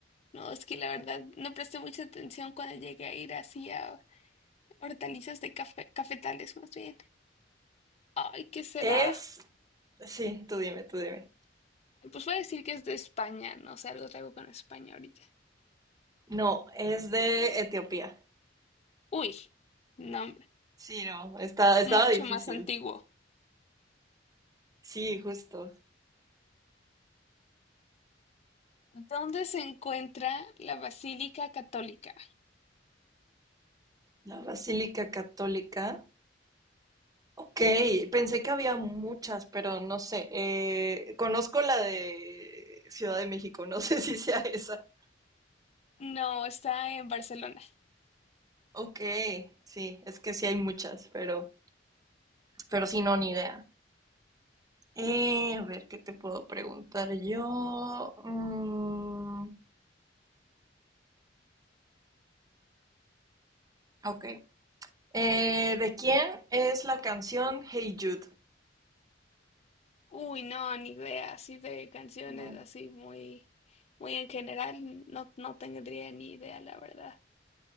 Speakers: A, on the left (about 35°); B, on the right (about 20°).
A: No, es que la verdad no presté mucha atención cuando llegué a ir así a hortalizas de café, cafetales más bien. Ay, ¿qué será?
B: Es, sí, tú dime, tú dime.
A: Pues voy a decir que es de España, no sé, algo traigo con España ahorita.
B: No, es de Etiopía.
A: Uy, nombre,
B: Sí, no, está,
A: mucho
B: estaba difícil.
A: más antiguo.
B: Sí, justo.
A: ¿Dónde se encuentra la Basílica Católica?
B: La Basílica Católica. Ok, pensé que había muchas, pero no sé. Eh, conozco la de Ciudad de México, no <laughs> sé si sea esa.
A: No, está en Barcelona.
B: Ok, sí, es que sí hay muchas, pero, pero sí, no, ni idea. Eh, a ver, ¿qué te puedo preguntar yo? Mm, Ok. Eh, ¿de quién es la canción Hey Jude?
A: Uy, no, ni idea, así de canciones,
B: No.
A: así muy, muy en general, no, no tendría ni idea, la verdad.